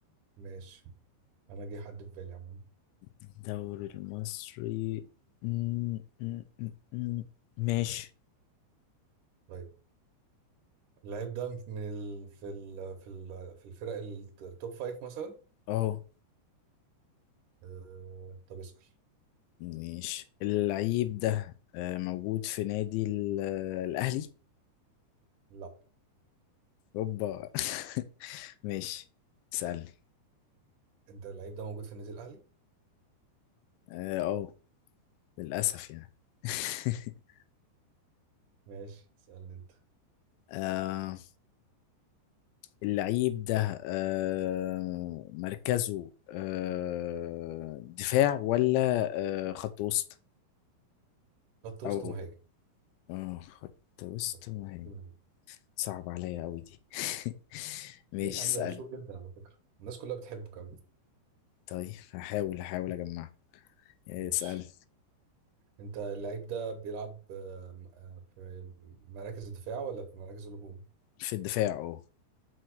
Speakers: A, on the right; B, on the left.
A: ماشي انا جه حد في بالي عموما
B: الدوري المصري م- م- م- م- ماشي
A: طيب اللعيب ده من ال... في ال... في ال... في الفرق الت- التوب فايف مثلا
B: اهو
A: أه... طب اسأل
B: ماشي اللعيب ده آه، موجود في نادي ال- الأهلي
A: لا
B: اوبا <laughs> ماشي اسألني
A: انت اللعيب ده موجود في النادي الاهلي
B: اه آه، للأسف يعني <laughs>
A: ماشي اسألني انت
B: آه اللعيب ده آه مركزه آه دفاع ولا آه خط وسط
A: خط وسط
B: او
A: مهاجم
B: آه خط وسط
A: خط
B: ما
A: وسط
B: هي
A: مهاجم.
B: صعب عليا قوي دي <laughs> ماشي
A: ليه يا عم
B: اسأل
A: ده مشهور جدا على فكرة الناس كلها بتحبه كمان
B: طيب هحاول هحاول اجمع اسأل
A: ماشي انت اللعيب ده بيلعب آم، آه، في مراكز الدفاع ولا في مراكز الهجوم
B: في الدفاع اه